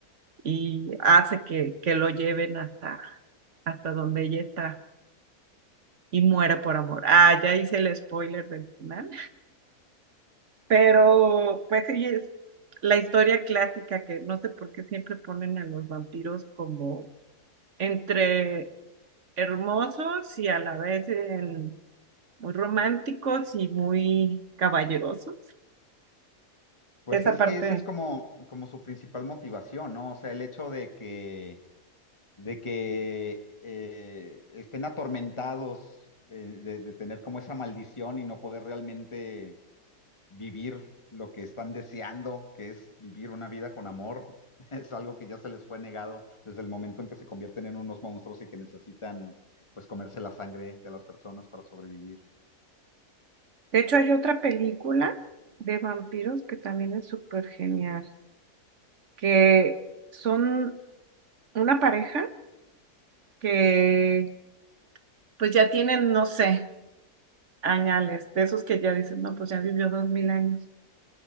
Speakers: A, on the right (about 50°); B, on the left (about 20°).
A: y hace que, que lo lleven hasta, hasta donde ella está y muere por amor. Ah, ya hice el spoiler del final. Pero, pues sí, es la historia clásica que no sé por qué siempre ponen a los vampiros como entre hermosos y a la vez en- muy románticos y muy caballerosos.
B: Pues
A: Esa
B: es
A: parte.
B: que esa es como, como su principal motivación, ¿no? O sea, el hecho de que, de que eh, estén atormentados eh, de, de tener como esa maldición y no poder realmente vivir lo que están deseando, que es vivir una vida con amor, <laughs> es algo que ya se les fue negado desde el momento en que se convierten en unos monstruos y que necesitan pues comerse la sangre de las personas para sobrevivir.
A: De hecho, hay otra película de vampiros que también es súper genial, que son una pareja que pues ya tienen, no sé, añales, de esos que ya dicen, no, pues ya vivió dos mil años